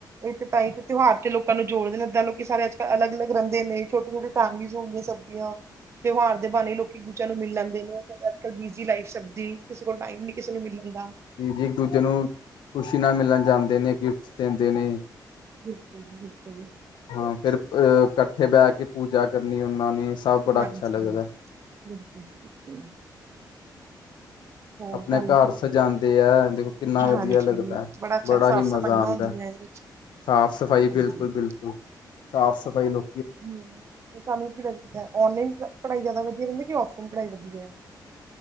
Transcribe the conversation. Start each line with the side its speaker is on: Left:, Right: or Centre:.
Right: ਇਹ ਤੇ ਤਾਂ ਹੀ ਤੇ ਤਿਉਹਾਰ ਤੇ ਲੋਕ ਨੂੰ ਜੋੜਦੇ ਇਦਾਂ ਲੋਕ ਸਾਰੇ ਅਜ ਕਲ ਅਲੱਗ਼ ਅਲੱਗ ਰਹਿੰਦੇ ਨੇ ਛੋੇ ਛੋਟੇ, ਫੈਮਿਲੀਜ ਹੋ ਗਈਆਂ ਸਭ ਦੀਆਂ ਤਿਉਹਾਰ ਦੇ ਬਾਰੇ ਇੱਕ ਦੂਜੇ ਨੂੰ ਮਿਲਣ ਦੇ ਲੋਕ ਅੱਜ ਕੱਲ ਬਿਜ਼ੀ ਲਾਈਫ ਸਭਦੀ ਕਿਸੇ ਕੋਲ ਟਾਈਮ ਨੀ ਕਿਸੇ ਨੂੰ ਮਿਲਣਦਾ
Left: ਜੀ ਇੱਕ ਦੂਜੇ ਨੂੰ ਖੁਸ਼ੀ ਨਾ ਮਿਲਣ ਜਾਂਦੇ ਨੇ ਗਿਫਟ ਦਿੰਦੇ ਨੇ
Right: ਬਿਲਕੁਲ ਜੀ ਬਿਲਕੁਲ ਜੀ
Left: ਹਾਂ ਫੇਿਰ ਅਹ ਇਕੱਠੇ ਬਹਿ ਕੇ ਪੂਜਾ ਕਰਨੀ ਉਹਨਾਂ ਨੇ ਸਭ ਬੜਾ
Right: ਹਾਂਜੀ
Left: ਅੱਛਾ ਲੱਗਦਾ
Right: ਬਿਲਕੁਲ ਜੀ ਬਿਲਕੁਲ ਹੋਰ
Left: ਆਪਣੇ
Right: ਤੁਹਾਨੂੰ
Left: ਘਰ
Right: ਕੀ
Left: ਸਜਾਦੇ ਤੇ ਹੈ ਦੇਖੋ ਕਿੰਨਾ ਵਧੀਆ
Right: ਹਾਂਜੀ
Left: ਲੱਗਦਾ
Right: ਅੱਛਾ
Left: ਬੜਾ
Right: ਸਾਫ਼
Left: ਹੀ ਮਜ਼ਾ
Right: ਸਫਾਈਆਂ
Left: ਆਉਂਦਾ
Right: ਹੁੰਦੀਆਂ ਇਹ
Left: ਸਾਫ਼ ਸਫ਼ਾਈ
Right: ਹਾਂਜੀ
Left: ਬਿਲਕੁਲ ਬਿਲਕੁਲ ਸਾਫ਼ ਸਫ਼ਾਈ ਨੁ
Right: ਤੁਹਾਨੂੰ ਕੀ ਲੱਗਦਾ ਔਨਲਾਈਨ ਪੜ੍ਹਾਈ ਜ਼ਿਆਦਾ ਵਧੀਆ ਰਹਿੰਦੀ ਕਿ ਔਫਲਾਈਨ ਪੜ੍ਹਾਈ ਵਧੀਆ ਹੈ